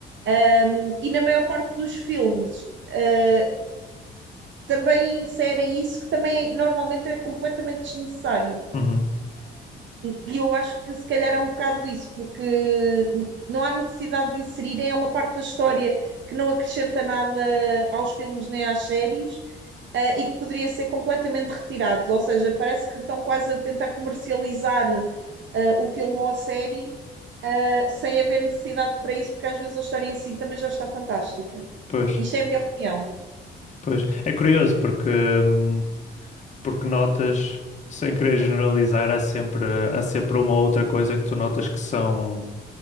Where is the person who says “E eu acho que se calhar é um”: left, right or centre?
Right